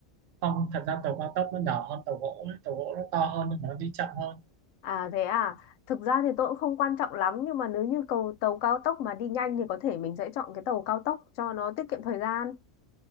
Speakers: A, on the right (about 75°); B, on the left (about 80°).
A: không thật ra tàu cao tốc nó nhỏ hơn tàu gỗ ấy. tàu gỗ nó to hơn nhưng mà nó đi chậm hơn
B: À thế à, thực ra thì tôi cũng không quan trọng lắm nhưng mà nếu như cầu tàu cao tốc mà đi nhanh thì có thể mình sẽ chọn cái tàu cao tốc cho nó tiết kiệm thời gian.